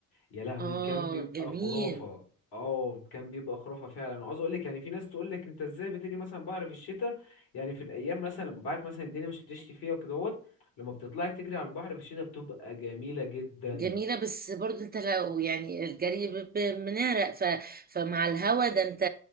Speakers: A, on the left (about 75°); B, on the right (about 25°).
A: يا لهوي
B: اه
A: كان بيبقى
B: جميل
A: خرافة اه كان بيبقى خرافة فعلا وعاوز اقول لك يعني في ناس تقول لك انت ازاي بتيجي مثلا بحر في الشتاء يعني في الايام مثلا ببقى عارف مثلا الدنيا مش هتشتي فيها وكده اهوت لما بتطلعي تجري على البحر في الشتاء بتبقى جميلة جدا
B: جميلة بس برضو انت لو يعني الجري ب- ب- بنعرق ف... فمع الهوا ده انت